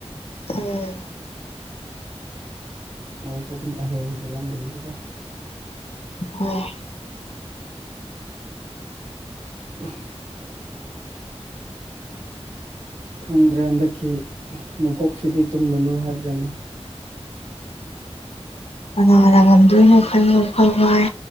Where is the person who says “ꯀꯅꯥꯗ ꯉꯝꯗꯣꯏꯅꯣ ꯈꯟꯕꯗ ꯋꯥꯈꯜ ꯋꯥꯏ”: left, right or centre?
Left